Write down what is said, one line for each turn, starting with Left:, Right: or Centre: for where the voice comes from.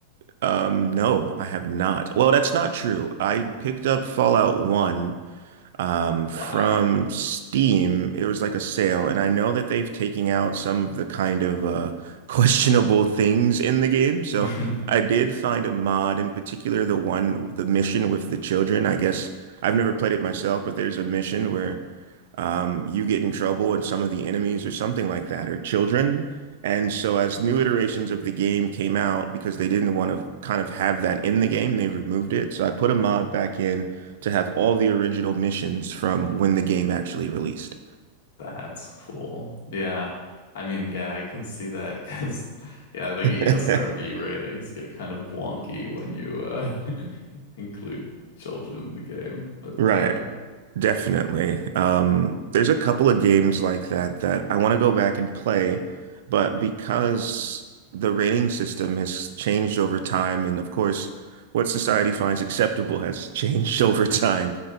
Right: um no, I have not. Well, that's not true. I picked up Fallout 1 um, from
Left: Wow.
Right: Steam. It was like a sale, and I know that they've taken out some of the kind of uh, <laughs> questionable things in the game. So
Left: <laughs>
Right: I did find a mod, in particular the one, the mission with the children. I guess I've never played it myself, but there's a mission where um, you get in trouble and some of the enemies or something like that are children. And so as new iterations of the game came out, because they didn't want to kind of have that in the game, they removed it. So I put a mod back in to have all the original missions from when the game actually released.
Left: That's cool. Yeah. I mean, yeah, I can see that because yeah, the ESRB
Right: <laughs>
Left: ratings get kind of wonky when you uh <laughs> include children in the game. But
Right: Right.
Left: um
Right: Definitely. Um, there's a couple of games like that that I want to go back and play, but because the rating system has changed over time, and of course, what society finds acceptable has changed <laughs> over time,